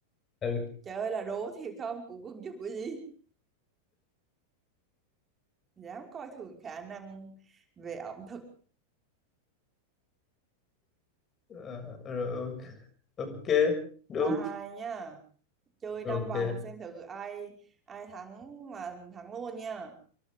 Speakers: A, on the left; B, on the right.
A: ừ.
B: Trời ơi là đố thiệt không? Cụ gừng chứ cụ gì? dám coi thường khả năng về ẩm thực
A: Ờ, rồi, ok Ok, đúng
B: ba hai nha chơi
A: ok
B: 5 vòng xem thử ai ai thắng là thắng luôn nha